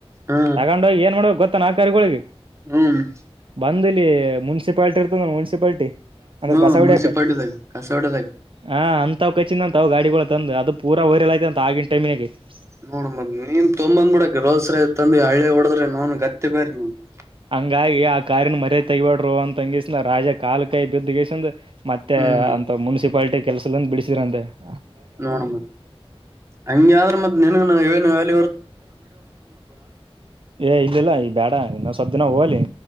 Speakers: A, on the right; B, on the right.
A: ಹ
B: ತಗೊಂಡೋಗಿ ಏನ್ ಮಾಡ್ಬೇಕ ಗೊತ್ತ ಏನ್ ಆ ಕರಿಗಳಿಗೆ. <unintelligible>
A: ಹು <unintelligible>
B: ಬಂದ ಇಲ್ಲಿ ಮುನ್ಸಿಪ್ಯಾಟಿ ಇರ್ತದ ಮುನ್ಸಿಪ್ಯಾಟಿ. <unintelligible> ಅದರ
A: ಹ್ಮ್
B: ಕಸಾ ಹೊಡಿಯಕ
A: ಮುನ್ಸಿಪಾಲ್ಟಿದಾಗ ಕಸವಡದಾಗ
B: ಹಾ ಅಂತ <unintelligible> ತಪ್ಪ ಕಚ್ಚಿನ ಅಂತ ಅವ ಗಾಡಿಗಳು ತಂದ ಅದ ಪೂರ ವೈರಲ್ ಐತ ಅಂತ ಆಗಿನ ಟೈಮ್ ನ್ಯಾಗ <unintelligible>
A: ನೋಡ್ ಮತ್ತ ನೀನ್ ತೊಂಬೊಂದ್ ಬಿಡಕ್ ರೋಲ್ಸ್ರ ತಂದಿ ಹಳ್ಳಿ ಹೊಡದ್ರೆ ನೋ ಗತ್ತಿ ಬೇರೆ <unintelligible>
B: ಹಂಗಾಗಿ ಆ ಕಾರಿನ ಮರ್ಯಾದಿ ತೆಗಿಬ್ಯಾಡ್ರೋ ಅಂತಂಗಿಸರಾ ರಾಜ ಕಾಲು ಕೈ ಕೈ ಬಿದ್ದಗೆಸಂದ. <unintelligible> ಮತ್ತೆ
A: ಹ್ಮ್
B: ಅಂತ ಮುನ್ಸಿಪ್ಯಾಟಿ ಕೆಲಸ ದಿಂದ ಬಿಳಸಿದ್ರಂತೆ. <unintelligible>
A: ನೋಡ ಹಂಗ ಆದ್ರ ಮತ್ತ ನೀನಗ ನಾನ್ ಹೇಳೆನ ಯಾರಿಗ? <unintelligible>
B: ಏ ಇದ ಇಲ್ಲಾ ಈ ಬೇಡ ಇನಸ <unintelligible> ಸ್ವಲ್ಪ ದಿನ ಓಲಿ